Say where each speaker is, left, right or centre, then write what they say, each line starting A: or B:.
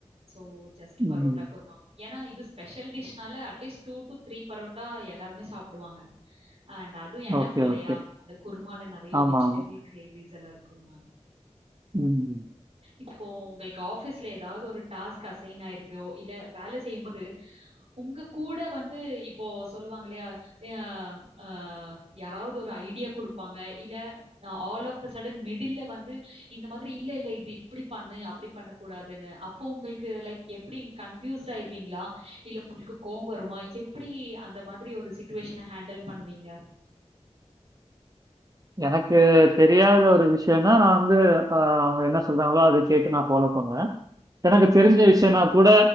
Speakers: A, on the right (about 60°); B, on the right (about 30°).
A: சோ ஜஸ்ட் பரோட்டா
B: ம்.
A: குர்மா ஏனா இது ஸ்பெஷல் டிஷ்னால at least two to three parotta எல்லாருமே சாப்டுவாங்க அண்ட் அது என்னஃப்
B: ஓகே,
A: இல்லையா
B: ஓகே.
A: அந்த குர்மால நெறைய
B: ஆமா,
A: வெஜிடபிள்
B: ஆமா.
A: கிரேவிஸ் எல்லா இருக்கும்ண்ணா
B: ம்
A: இப்போ உங்ளுக்கு ஆஃபீஸ்ல ஏதாவது ஒரு டாஸ்க் அசைன் ஆயிருக்கோ இல்ல வேல செய்யும்போது உங்க கூட வந்து இப்போ சொல்லுவாங்க இல்லயா யா ஆ யாராவது ஒரு ஐடியா குடுப்பாங்க இல்ல அ ஆல் ஆஃப் த சடன் மிடில்ல வந்து இந்த மா இல்ல இல்ல இது இப்டி பண்ணு அப்டி பண்ணக்கூடாதுன்னு அப்போ உங்களுக்கு லைக் எப்டி கன்ஃப்யூஸ் ஆயிடுவீங்களா இல்ல உங்ளுக்கு கோவ வருமா எப்டி அந்த மாதிரி ஒரு சிட்டுவேஷன ஹேண்டல் பண்ணுவீங்க
B: எனக்கு தெரியாத ஒரு விஷயனா நா வந்து ஆ அவங்க என்ன சொல்றாங்களோ அத கேட்டு நா ஃபாலோ பண்ணுவே எனக்கு தெரிஞ்ச விஷயன்னா கூட